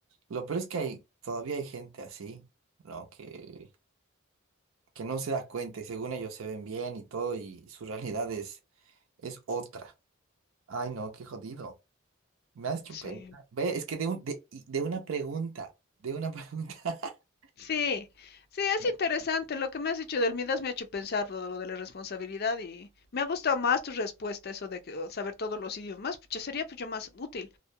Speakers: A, on the right; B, on the left.
A: lo peor es que hay, todavía hay gente así, ¿no? Que, que no se da cuenta y según ellos se ven bien y todo y su realidad es, es otra. Ay, no, qué jodido. Me has hecho
B: Sí.
A: pensar. Ve, es que de, un, de, y de una pregunta, de una pregunta. <laughs>
B: Sí, sí, es
A: No,
B: interesante. Lo que me has dicho del Midas me ha hecho pensar lo, lo de la responsabilidad y me ha gustado más tu respuesta, eso de que, o, saber todos los idiomas, pucha, sería pucha más útil.